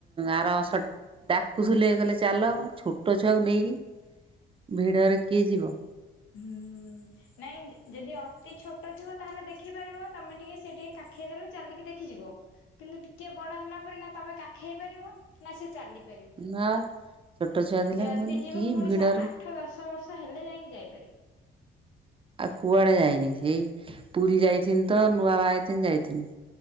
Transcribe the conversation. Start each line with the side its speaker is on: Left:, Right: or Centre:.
Right: ଆର ଡାକୁ ଲ କଲେ ଚାଲ ଛୋଟ ପଛଆକୁ ନେଇକି ଭିଡରେ କିଏ ଯିବ
Left: ହୁଁ ନାଇଁ ଯଦି ଅତି ଛୋଟ ଟ ଥିବ ତାହେଲେ ଦେଖିପାରିବ ତମେ ଟିକେ ସେ ଟିକେ କାଖେଇ ଦେଲେ ଚାଲିକି ଦେଖିଯିବ କିନ୍ତୁ ଟିକେ ବଡ ହେଲା ନା ତମେ କାଖଇ ପାରିବ ନା ସେ ଚାଲି
Right: ନା ଛୋଟ ଛୁଆ ଥିଲା
Left: ଯଦି
Right: ମୁଁ କହିଲି
Left: ଯିବ
Right: କି
Left: ପୁଣି
Right: ଭିଡରେ
Left: ଆଠ ଦଶ ବର୍ଷ ହେଲେ ଯାଇକି ଯାଇ
Right: ଆଉ କୁଆଡେ ଯାଇନି ସେଇ ପୁରୀ ଯାଇଥିନି ତ ନୂଆ ବାହା ଯାଇଥିନି